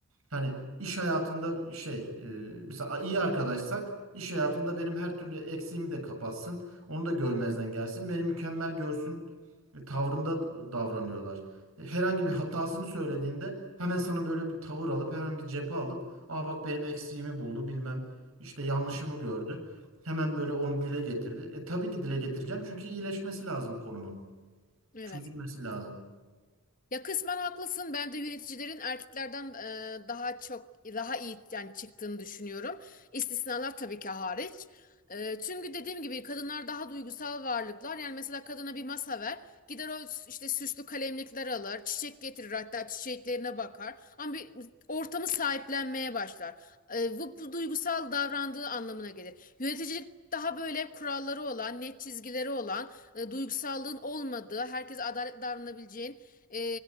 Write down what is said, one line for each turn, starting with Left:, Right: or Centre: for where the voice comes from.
Right: Hani iş hayatında şey e, mesela iyi arkadaşsak iş hayatımda benim her türlü eksiğimi de kapatsın. Onu da görmezden gelsin. Beni mükemmel görsün ve tavrında davranıyorlar. E, Herhangi bir hatasını söylediğinde hemen sana böyle bir tavır alıp hemen bir cephe alıp aa bak benim eksiğimi buldu bilmem işte yanlışımı gördü. Hemen böyle onu dile getirdi. E tabii ki dile getireceğim çünkü iyileşmesi lazım konunun.
Left: Evet.
Right: Çözülmesi lazım.
Left: Ya kısmen haklısın. Ben de yöneticilerin erkeklerden e, daha çok daha iyi yani çıktığını düşünüyorum. İstisnalar tabii ki hariç. E, çünkü dediğim gibi kadınlar daha duygusal varlıklar. Yani mesela kadına bir masa ver, gider o s- işte süslü kalemlikler alır, çiçek getirir hatta çiçeklerine bakar. Ama bir ortamı sahiplenmeye başlar. E, bu, bu duygusal davrandığı anlamına gelir. Yöneticilik daha böyle kuralları olan, net çizgileri olan e, duygusallığın olmadığı, herkese adaletli davranabileceğin e,